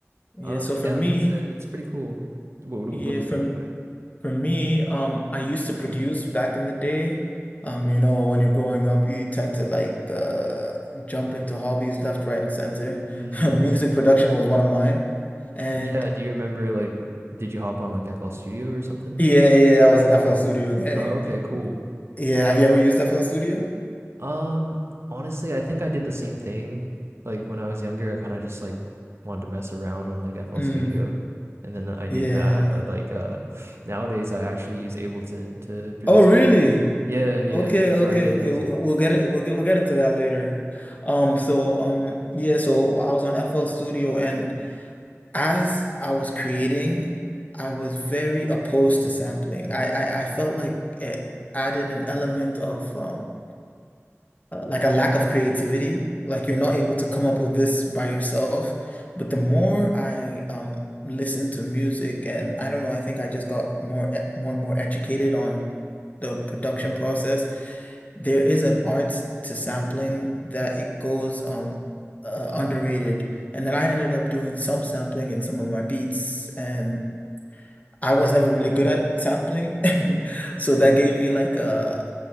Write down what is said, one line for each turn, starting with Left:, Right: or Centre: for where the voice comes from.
Left: yeah.
Right: um
Left: So for
Right: yeah,
Left: me,
Right: it's uh, it's pretty cool. What, what
Left: yeah,
Right: do you
Left: for
Right: think about
Left: For me, um, I used to produce back in the day. Um, you know, when you're growing up, you tend to like uh, jump into hobbies left, right, and center.
Right: it?
Left: <laughs> Music production was one of mine. And
Right: Yeah, do you remember like did you hop on like FL Studio or something?
Left: yeah, yeah, I was an FL Studio guy.
Right: Oh, okay, cool.
Left: Yeah, have you ever used FL Studio?
Right: Um, honestly, I think I did the same thing. Like when I was younger, I kind of just like wanted to mess around on like FL
Left: Mm,
Right: Studio and then I
Left: yeah.
Right: did that, but like uh nowadays I actually use Ableton to produce.
Left: Oh, really?
Right: Yeah, yeah.
Left: Okay,
Right: So
Left: okay,
Right: I make
Left: okay.
Right: music.
Left: We'll we'll get it. We'll get we'll get into that later. Um. So um. Yeah. So I was on FL Studio, and as I was creating, I was very opposed to sampling. I I, I felt like it added an element of um uh, like a lack of creativity. Like you're
Right: Mm.
Left: not able to come up with this by yourself. But the more I um listened to music, and I don't know, I think I just got more e- more and more educated on the production process there is an art to sampling that it goes um uh, underrated. And then I ended up doing some sampling in some of my beats, and I was never really good at sampling, <laughs> so that gave me like a,